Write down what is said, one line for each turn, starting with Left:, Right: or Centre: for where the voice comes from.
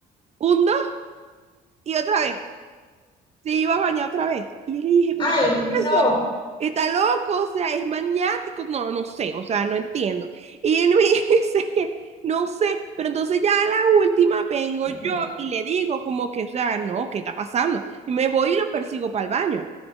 Right: un, dos y otra vez. Se iba a bañar otra vez. Y yo le dije, ¿pero
Left: Ay
Right: qué es
Left: no.
Right: eso? Está loco, o sea, es maniático. No, no sé, o sea, no entiendo. Y él me <laughs> dice que no sé, pero entonces ya a la última vengo
Left: Ujú,
Right: yo y le digo como que, o sea, no, ¿qué está pasando? Y me voy y lo persigo para el baño.